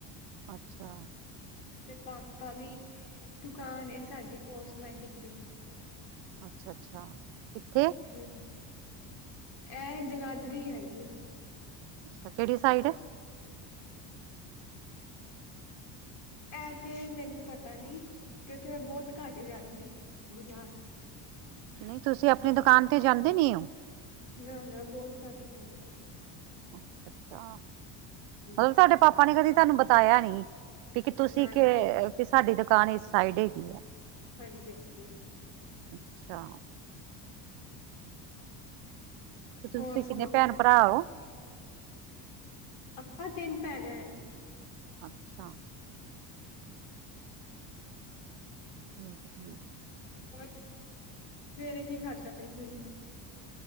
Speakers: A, on the right; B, on the left.
A: ਅੱਛਾ
B: ਅਤੇ ਪਾਪਾ ਵੀ ਦੁਕਾਨ ਏ ਸਾਡੀ ਕੋਸਮੈਟ ਡਿਗਰੀ
A: ਅੱਛਾ ਅੱਛਾ ਕਿੱਥੇ
B: ਕੀ ਐ ਜਗਾਧਰੀ ਆਈ
A: ਕਿਹੜੀ ਸਾਈਡ
B: ਮੈਂ ਤੇ ਮੈਨੂੰ ਪਤਾ ਨਹੀਂ ਬਹੁਤ ਘੱਟ ਜਾਂਦੀ ਆ ਬਾਜ਼ਾਰ।
A: ਨਹੀਂ ਤੁਸੀਂ ਆਪਣੀ ਦੁਕਾਨ ਤੇ ਜਾਂਦੇ ਨਹੀਂ ਹੋ
B: ਨਾ ਨਾ ਬਹੁਤ ਘੱਟ ਜਾਣੀ ਆ।
A: ਅੱਛਾ
B: ਹਾਂਜੀ
A: ਅੱਛਾ ਸਾਡੇ ਪਾ ਉਹਣੇ ਕਦੀ ਤੁਹਾਨੂੰ ਬਤਾਇਆ ਨਹੀਂ। ਕਿ ਤੁਸੀਂ।
B: ਨਾ
A: ਤੁਹਾਡੀ
B: ਨਾ
A: ਦੁਕਾਨ ਇਸ ਸਾਈਡ ਹੈਗੀ ਹ
B: ਹਾਂਜੀ।
A: ਅਛਾ ਤੁਸੀਂ
B: ਹੋਰ
A: ਕਿੰਨੇ
B: ਸੁਣਾਓ?
A: ਭੈਣ ਭਰਾ ਹੋ।
B: ਆਪਾਂ ਤਿੰਨ ਭੈਣਾਂ
A: ਅੱਛਾ। <unintelligible>
B: ਹੋਰ ਸਵੇਰੇ ਕੀ ਖਾਦਾ ਤੁਸੀ।